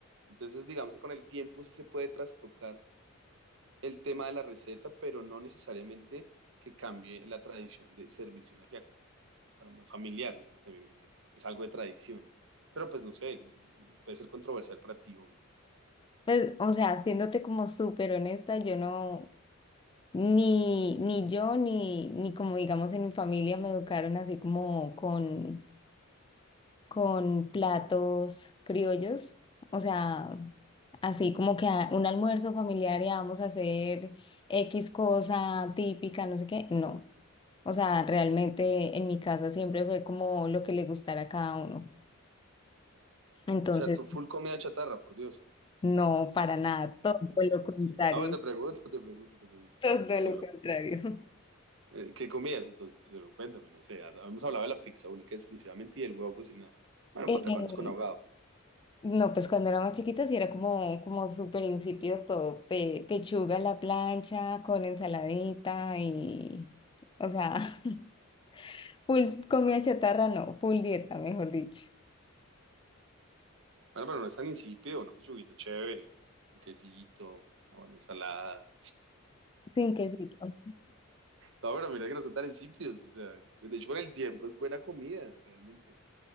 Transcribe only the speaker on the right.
Entonces, digamos que con el tiempo sí se puede trastocar el tema de la receta, pero no necesariamente que cambie la tradición de servirse un ajiaco. pues, Para más familiar, me parece a mí que es algo de tradición. Pero pues no sé, no- no- no puede ser controversial para ti, obvio.
O sea, tu full comida chatarra, por Dios.
Ahora te pregunto, te pregunto, te pregunto.
Si tu
Eh, ¿Qué comías entonces? Pero cuéntame, no sé. has- Habíamos hablado de la pizza única exclusivamente y del huevo cocinado. Bueno,
patacones con ahogado.
Bueno, pero no es tan insípido, una pechuguita chévere, un quesito, una buena ensalada.
No, pero mira que no son tan insípidos. O sea, de hecho, con el tiempo es buena comida, realmente.